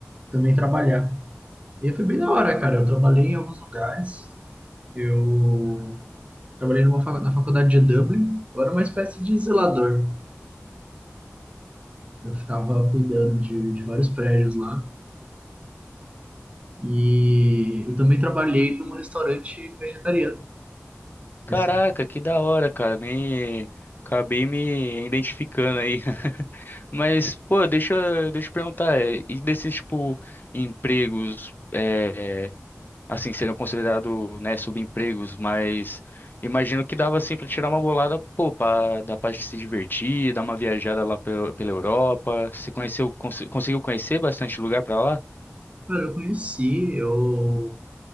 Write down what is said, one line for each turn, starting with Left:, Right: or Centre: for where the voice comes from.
Right: também trabalhar. E foi bem da hora, cara. Eu trabalhei em alguns lugares. Eu trabalhei numa, fa- na faculdade de Dublin. Eu era uma espécie de zelador. Eu ficava cuidando de, de vários prédios lá. E eu também trabalhei num restaurante vegetariano.
Left: Caraca,
Right: Esse,
Left: que da hora, cara. Me acabei me identificando aí. <laughs> Mas, pô, deixa, eu- deixa eu perguntar, é, e desses tipo empregos, é assim, seriam considerados, né, subempregos, mas imagino que dava assim para tirar uma bolada, pô, pra, dá pra se divertir, dar uma viajada lá pela, pela Europa. Você conheceu, cons- conseguiu conhecer bastante lugar pra lá?
Right: cara, eu conheci, eu